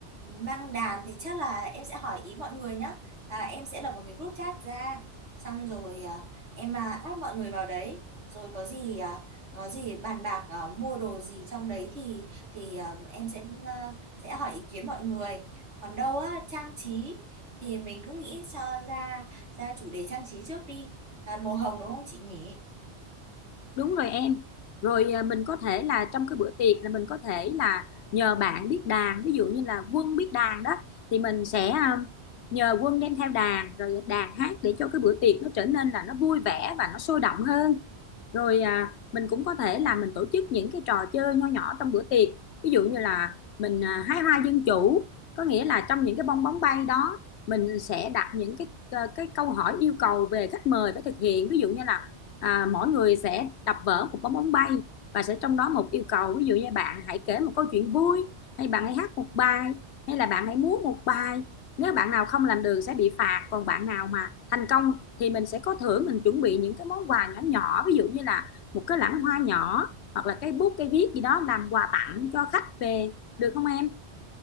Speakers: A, on the right; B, on the left.
A: mang đàn thì chắc là em sẽ hỏi ý mọi người nhé. À, em sẽ lập một cái group chat ra. Xong rồi à, em à, add mọi người vào đấy. Rồi có gì à, có gì bàn bạc à, mua đồ gì trong đấy thì thì à, em sẽ à, sẽ hỏi ý kiến mọi người. Còn đâu á trang trí thì mình cứ nghĩ cho ra ra chủ đề trang trí trước đi. Là màu hồng đúng không chị nhỉ?
B: Đúng rồi em. Rồi à, mình có thể là trong cái bữa tiệc là mình có thể là nhờ bạn biết đàn, ví dụ như là Quân biết đàn đó thì mình sẽ à, nhờ Quân đem theo đàn rồi đàn hát để cho cái bữa tiệc nó trở nên là nó vui vẻ và nó sôi động hơn rồi à, mình cũng có thể là mình tổ chức những cái trò chơi nho nhỏ trong bữa tiệc ví dụ như là mình à, hái hoa dân chủ có nghĩa là trong những cái bong bóng bay đó mình sẽ đặt những cái cái cái câu hỏi yêu cầu về khách mời phải thực hiện ví dụ như là à, mỗi người sẽ đập vỡ một bong bóng bay và sẽ trong đó một yêu cầu ví dụ như bạn hãy kể một câu chuyện vui hay bạn hãy hát một bài hay là bạn hãy múa một bài nếu bạn nào không làm được sẽ bị phạt còn bạn nào mà thành công thì mình sẽ có thưởng mình chuẩn bị những cái món quà nhỏ nhỏ ví dụ như là một cái lẵng hoa nhỏ hoặc là cái bút cái viết gì đó làm quà tặng cho khách về được không em